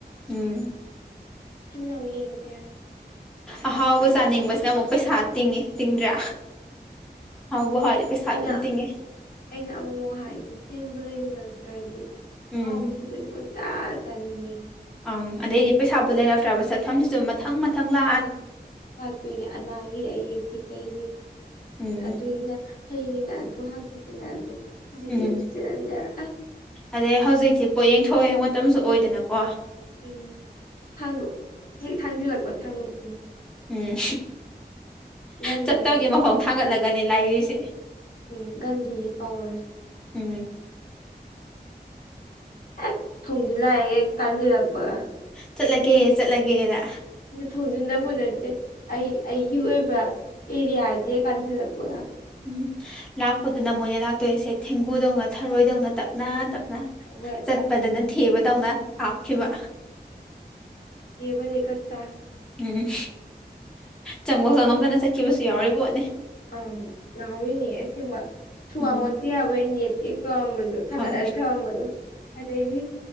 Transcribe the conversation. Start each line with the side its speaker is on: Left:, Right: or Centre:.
Centre: ꯎꯝ
Left: ꯍꯟꯅ ꯌꯦꯡꯗꯦ ꯍꯥꯏꯕ
Centre: ꯑꯍꯥꯎꯕ ꯆꯥꯅꯤꯡꯕꯁꯤꯅ ꯑꯃꯨꯛ ꯄꯩꯁꯥ ꯇꯤꯡꯉꯤ ꯇꯤꯡꯗ꯭ꯔꯥ ꯕꯍꯥꯗꯤ ꯄꯩꯁꯥ
Left: ꯑꯩꯅ
Centre: ꯑꯗꯨꯝ ꯇꯤꯡꯉꯤ
Left: ꯑꯩꯅ ꯑꯃꯨꯛꯃꯨꯛ ꯍꯥꯏꯗꯤ ꯁꯦꯝꯦꯟꯕꯨ ꯂꯩꯁꯤꯂꯛꯇ꯭ꯔꯗꯤ
Centre: ꯎꯝ
Left: ꯍꯥꯎꯕꯕꯁꯤꯗ ꯇ ꯇꯥꯅꯤ
Centre: ꯑꯪ ꯑꯗꯩꯗꯤ ꯄꯩꯁꯥꯕꯨ ꯂꯩꯔꯛꯇ꯭ꯔꯕ ꯆꯠꯐꯝꯁꯤꯁꯨ ꯃꯊꯪ ꯃꯊꯪ ꯂꯥ
Left: ꯑꯪ ꯂꯥꯛꯇꯣꯏꯅꯦ ꯑꯅꯥꯒꯤ ꯑꯌꯦꯛꯀꯤ ꯀꯩꯒꯤ
Centre: ꯎꯝ
Left: ꯑꯁ ꯑꯗꯨꯒꯤꯅ ꯍꯩꯉꯅ ꯑꯗꯨ ꯍꯥꯡꯆꯤꯠꯀꯤꯅ ꯑꯗꯨ ꯍꯧꯖꯤꯛꯀꯤꯕꯨꯨ
Centre: ꯎꯝ
Left: ꯆꯤꯠꯂꯗꯦ ꯑꯁ
Centre: ꯑꯗꯩ ꯍꯧꯖꯤꯛꯁꯤꯤ ꯄꯣꯌꯦꯡ ꯊꯣꯡ ꯌꯦꯡ ꯃꯇꯝꯁꯨ ꯑꯣꯏꯗꯅꯀꯣ
Left: ꯎꯝ ꯊꯥꯡꯕ ꯊꯥꯡꯖꯂꯥꯛꯕ ꯊꯥꯡꯕꯣꯈꯤꯅꯤ
Centre: ꯎꯝ
Left: ꯒꯥꯟꯙꯤꯒꯤ
Centre: ꯆꯠꯇꯧꯒꯤ ꯃꯈꯣꯡ ꯊꯥꯡꯒꯠꯂꯒꯅꯤ ꯂꯥꯛꯔꯤꯁꯦ
Left: ꯎ ꯒꯥꯟꯙꯤꯒꯤ ꯄꯋꯥꯔꯁ
Centre: ꯎꯝ
Left: ꯑꯦ ꯊꯣꯡꯖꯤꯜꯂꯥꯛꯑ ꯑꯦ ꯇꯥꯟꯁꯤꯜꯂꯛꯄꯒ
Centre: ꯆꯠꯂꯒꯦ ꯆꯠꯂꯒꯦꯗ
Left: ꯑꯗꯨ ꯊꯣꯡꯖꯤꯟꯗꯕ ꯅꯠꯇꯦ ꯑꯩ ꯑꯩꯒꯤ ꯑꯣꯏꯕ ꯑꯦꯔꯤꯌꯥꯁꯤꯦ ꯀꯥꯟꯁꯤ ꯂꯥꯛꯄ
Centre: ꯎꯝ ꯂꯥꯛꯄꯗꯨꯅ ꯃꯣꯏꯅ ꯂꯥꯛꯇꯣꯏꯁꯦ ꯊꯦꯡꯒꯨꯗꯧꯅ ꯊꯔꯣꯏꯗꯧꯅ ꯇꯞꯅ ꯇꯞ
Left: ꯍꯣꯏ
Centre: ꯆꯠꯄꯗꯅ
Left: ꯂꯥꯛꯇꯣꯏꯅꯤ
Centre: ꯊꯦꯕꯗꯧꯅ ꯀꯥꯞꯈꯤꯕ
Left: ꯍꯕꯦ ꯆ
Centre: ꯎꯝ ꯆꯪꯕꯧ ꯆꯪꯉꯝꯗꯅ ꯆꯠꯈꯤꯕꯁꯨ ꯌꯥꯎꯔꯤ ꯄꯣꯠꯅꯤ
Left: ꯑꯪ ꯌꯥꯎꯔꯤꯅꯦ ꯑꯁꯦꯡꯕ ꯁꯨꯃꯥꯡ
Centre: ꯎꯝ
Left: ꯋꯥꯆꯦ ꯌꯥꯕꯣꯏ ꯅꯦꯠ ꯀꯦꯛ ꯇꯧꯔꯝꯕꯗ ꯊꯥꯡꯒꯠꯂꯅꯤ
Centre: ꯑꯪ
Left: ꯊꯧꯔꯝꯕꯗꯣ ꯑꯗꯩꯗꯤ